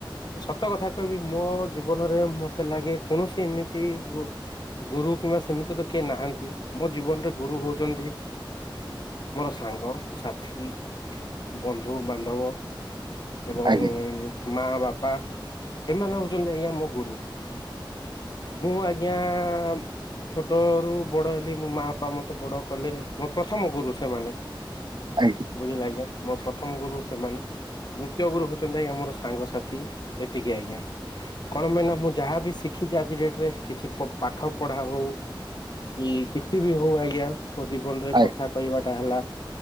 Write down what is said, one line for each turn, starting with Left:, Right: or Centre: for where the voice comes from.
Left: ସତ କଥା କହିବି। ମୋ ଜୀବନରେ ମୋତେ ଲାଗେ କୌଣସି ଏମିତି ଗୁ ଗୁରୁ କିମ୍ବା ସେମିତି ତ କିଏ ନାଁ ଥାନ୍ତି ମୋ ଜୀବନରେ ଗୁରୁ ହୋଉଛନ୍ତି ମୋର ସାଙ୍ଗ ସାଥି। ବନ୍ଧୁବାନ୍ଧବ
Right: ଆଜ୍ଞା
Left: ଏବଂ ମା ବାପା। ଏମାନେ ହଉଛନ୍ତି ଆଜ୍ଞା ମୋ ଗୁରୁ। ମୁଁ ଆଜ୍ଞା ଆମ୍ଓଓ ଛୋଟ ରୁ ବଡ ହେଲି ମୋ ମା ପା ମତେ ବଡ କଲେ ମୋ ପ୍ରଥମ ଗୁରୁ ସେମାନେ।
Right: ଆଜ୍ଞା
Left: ବୁଝିଲ ଆଜ୍ଞା। ମୋ ପ୍ରଥମ ଗୁରୁ ସେମାନେ ଦ୍ଵିତୀୟ ଗୁରୁ ହଉଛନ୍ତି ଆଜ୍ଞା ମୋର ସାଙ୍ଗସାଥି। ଏତିକି ଆଜ୍ଞା କଣ ପାଇଁନା ମୁଁ ଯାହାବି ଶି ଖିଛି ଆଜି ଡେଟ ରେ କିଛି ପ ପାଠ ପଢା ହଉ କି କିଛି ବି ହଉ ଆଜ୍ଞା ମୋ ଜୀବନରେ
Right: ଆଜ୍ଞା
Left: କଥା କହିବାଟା ହେଲା